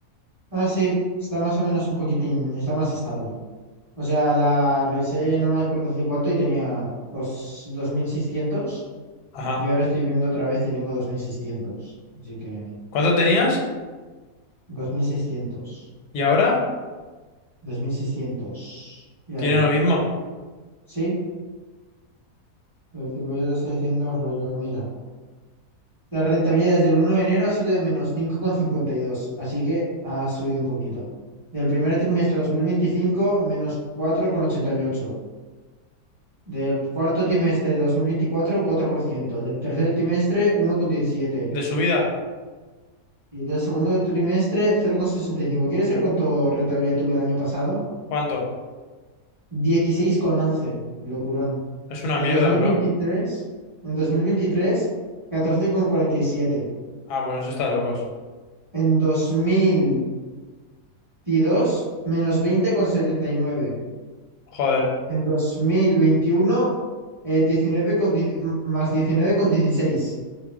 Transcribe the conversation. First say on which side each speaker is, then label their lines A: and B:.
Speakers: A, on the right; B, on the left.
A: Ah, sí, está más o menos un poquitín, está más estable. O sea, la revisé, no me acuerdo hace cuánto, y tenía pues, dos, 2600,
B: Ajá.
A: y ahora estoy viendo otra vez y tengo 2600. Así que
B: ¿Cuánto tenías?
A: dos dos mil seiscientos,
B: ¿Y ahora?
A: dos mil seiscientos y algo.
B: ¿Tienes lo mismo?
A: Sí, pero tipo yo te estoy diciendo rollo, mira. La rentabilidad desde el uno de enero ha sido de menos cinco coma cincuenta y dos, así que ha subido un poquito. Del primer trimestre de 2025 menos cuatro coma ochenta y ocho. Del cuarto trimestre de dos mil veinticuatro cuatro por ciento Del tercer trimestre, uno coma diecisiete
B: ¿De subida?
A: Y del segundo trimestre, cero coma sesenta y cinco ¿Quieres ver cuánto rentabilidad tuve el año pasado?
B: ¿Cuánto?
A: dieciséis coma once Locurón.
B: Es una mierda,
A: En dos mil
B: bro.
A: veintitrés en dos mil veintitrés catorce coma cuarenta y siete
B: Ah, bueno, eso está de locos.
A: En dos mil veintidós menos veinte coma setenta y nueve
B: Joder.
A: En 2021, eh, 19 con dieci- más diecinueve coma dieciséis